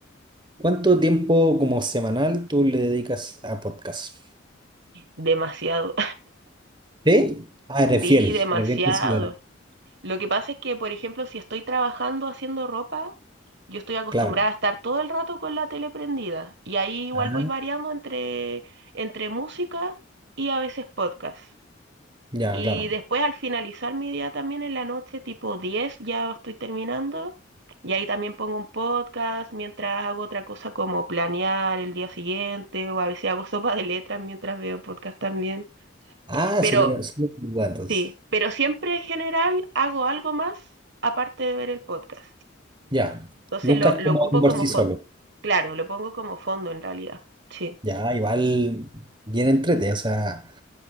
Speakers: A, on the right; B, on the right.
A: ¿cuánto tiempo como semanal tú le dedicas a podcast?
B: Demasiado,
A: ¿Sí? Ah,
B: <laughs>
A: eres
B: sí,
A: fiel,
B: demasiado.
A: eres bien considerada,
B: Lo que pasa es que, por ejemplo, si estoy trabajando haciendo ropa, yo estoy acostumbrada
A: claro.
B: a estar todo el rato con la tele prendida. Y ahí igual
A: Ah,
B: voy variando entre, entre música y a veces podcast.
A: ya,
B: Y
A: claro.
B: después al finalizar mi día también en la noche, tipo 10 ya estoy terminando. Y ahí también pongo un podcast mientras hago otra cosa como planear el día siguiente o a veces hago <laughs> sopa de letras mientras veo podcast también.
A: Ah,
B: Pero
A: súper, súper, bueno, entonces.
B: Sí, pero siempre en general hago algo más aparte de ver el podcast.
A: Ya,
B: Entonces
A: nunca
B: lo,
A: es
B: lo
A: cómodo
B: ocupo
A: por
B: como
A: sí
B: fondo.
A: solo.
B: Claro, lo pongo como fondo en realidad. Sí.
A: Ya, igual bien entrete, o sea,